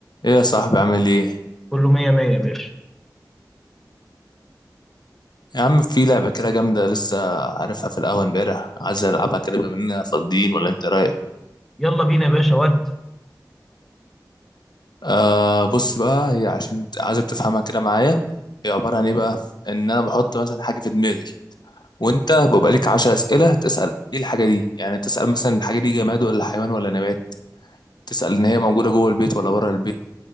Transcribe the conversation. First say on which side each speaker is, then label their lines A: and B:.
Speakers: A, on the left; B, in the centre.
A: ايه يا صاحبي عامل ايه
B: كله مية مية يا باشا
A: يا عم في لعبة كده جامدة لسه عارفها في القهوة امبارح عايز العبها كده بما اننا فاضيين ولا انت رايك
B: يلا بينا يا باشا ودي
A: آه بص بقى هي عشان ت- عايزك تفهمها كده معايا هي عبارة عن ايه بقى ان انا بحط مثلا حاجة في دماغي وانت بيبقى ليك 10 أسئلة تسأل ايه الحاجة دي يعني تسأل مثلا الحاجة دي جماد ولا حيوان ولا نبات تسأل ان هي موجودة جوه البيت ولا بره البيت